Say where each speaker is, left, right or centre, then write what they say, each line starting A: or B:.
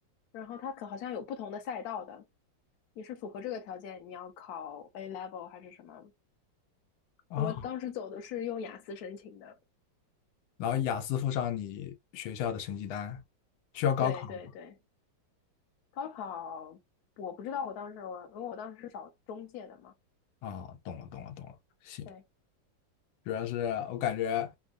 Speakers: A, on the left; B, on the left.
A: 然后它可好像有不同的赛道的，你是符合这个条件，你要考 A level 还是什么？
B: 啊，
A: 我当时走的是用雅思申请的，
B: 然后雅思附上你学校的成绩单，需要高考吗？
A: 对对对，高考我不知道，我当时我因为我当时是找中介的嘛，
B: 啊，懂了，懂了，懂了。行，
A: 对，
B: 主要是我感觉